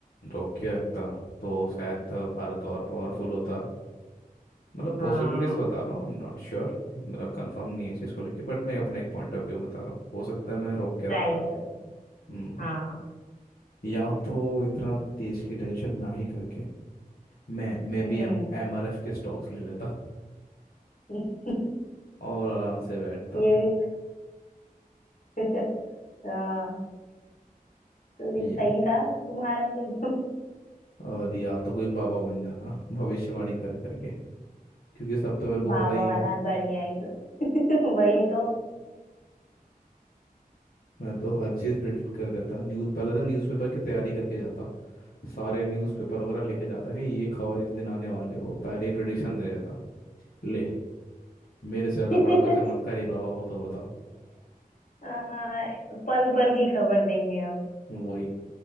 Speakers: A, on the left (about 75°); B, on the left (about 60°).
A: रोक के रखता तो शायद भारत और पावरफुल होता मतलब पॉसिबिलिटीज
B: हाँ
A: बता रहा हूँ आई एम नॉट श्योर मतलब कंफर्म नहीं है इस चीज़ को लेके बट मैं अपना एक पॉइंट ऑफ व्यू बता रहा हूँ हो सकता है मैं रोक के
B: ट्राई
A: रखता
B: करते हैं
A: हम्म।
B: हाँ
A: या तो इतना देश की टेंशन ना ही करके मैं मैं
B: हम्म
A: भी एम एमआरएफ के स्टॉक्स ले लेता
B: <laughs>
A: और आराम से बैठता
B: ये
A: था
B: भी <laughs> हाँ तो ये
A: ये
B: सही
A: है।
B: था तुम्हारा तो <laughs> एकदम
A: और या तो कोई बाबा बन जाता भविष्यवाणी कर करके क्योंकि सब तो मेरे को
B: बाबा
A: पता ही
B: वाला
A: है
B: बढ़िया एकदम <laughs> वही तो
A: मैं तो हर चीज़ प्रिडिक्ट कर देता न्यूज़ पहले तो न्यूज़पेपर की तैयारी करके जाता सारे न्यूज़पेपर वगैरह लेके जाता कि ये खबर इस दिन आने वाली है वो पहले ही प्रिडिक्शन दे देता ले मेरे से ज़्यादा
B: <laughs>
A: बड़ा कोई चमत्कारी बाबा हो तो बताओ
B: हाँ, पल पल की खबर देंगे हम
A: वही